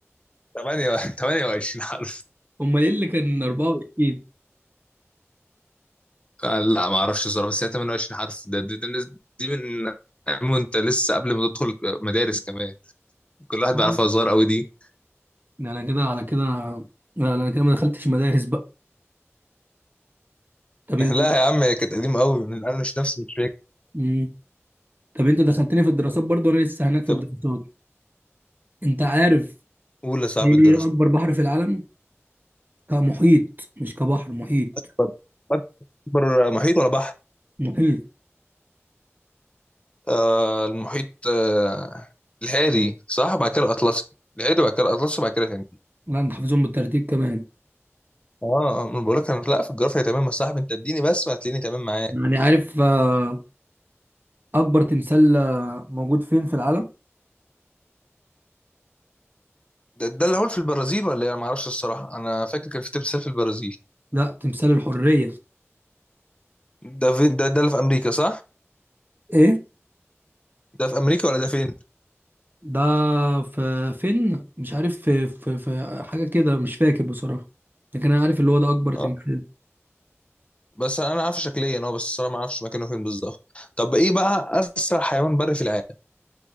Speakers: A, on the left; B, on the right.
A: 8 28 حرف
B: امال ايه اللي كان 24
A: آه، لا ما اعرفش الصراحه بس هي 28 حرف ده دي, دي, دي من وانت لسه قبل ما تدخل مدارس كمان كل واحد
B: آه،
A: بيعرفها صغير قوي دي
B: ده انا كده على كده لا لا انا كده ما دخلتش مدارس بقى طب
A: <laughs>
B: انت
A: لا يا عم هي كانت قديمة قوي من أنا مش نفسي مش فاكر
B: مم. طب انت دخلتني في الدراسات برضه وانا لسه هناك
A: طب
B: في الدراسات انت عارف
A: قول يا صاحب
B: ايه
A: الدراسة
B: اكبر بحر في العالم كمحيط مش كبحر محيط
A: بر- بر- محيط ولا بحر؟
B: محيط
A: آه المحيط آه الهادي صح بعد كده الاطلسي الهادي بعد كده الاطلسي بعد كده هندي
B: لا انت حافظهم بالترتيب كمان
A: اه آه، انا بقول لك انا لا في الجغرافيا تمام يا صاحبي انت اديني بس وهتلاقيني تمام معاك
B: يعني عارف آه، اكبر تمثال آه، موجود فين في العالم
A: ده, ده اللي هو في البرازيل ولا ايه انا ما اعرفش الصراحه انا فاكر كان في تمثال في البرازيل
B: لا تمثال الحرية
A: ده فين ده ده اللي في امريكا صح
B: ايه
A: ده في امريكا ولا ده فين
B: ده في فين مش عارف في, في, في حاجة كده مش فاكر بصراحة لكن أنا عارف اللي هو ده أكبر تمثال
A: اه بس انا عارف شكليا اه بس الصراحه ما اعرفش مكانه فين بالظبط طب ايه بقى اسرع حيوان بري في العالم